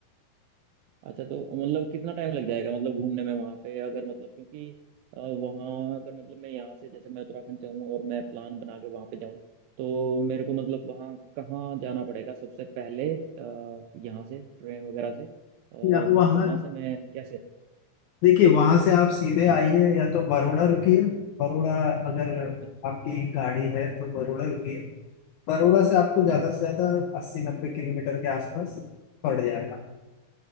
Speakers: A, on the right; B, on the left.
A: अच्छा तो मतलब कितना टाइम लग जाएगा मतलब घूमने में वहां पे अगर मतलब क्योंकि अ, वहाँ अगर मतलब मैं यहाँ से जैसे मैं उत्तराखंड से हूँ और मैं प्लान बना के वहां पे जाऊँ तो मेरे को मतलब वहाँ कहाँ जाना पड़ेगा सबसे पहले अ, यहाँ से ट्रेन वगैरह से और
B: या वहाँ
A: फिर वहां से मैं कैसे
B: देखिए वहां से आप सीधे
A: जी
B: आइए या तो बड़ौदा रुकिए बड़ौदा अगर
A: अच्छा
B: आपकी गाड़ी है तो बड़ौदा रुकिए बड़ौदा से आपको ज्यादा
A: जी
B: से ज्यादा अस्सी नब्बे किलोमीटर के आसपास पड़ जाएगा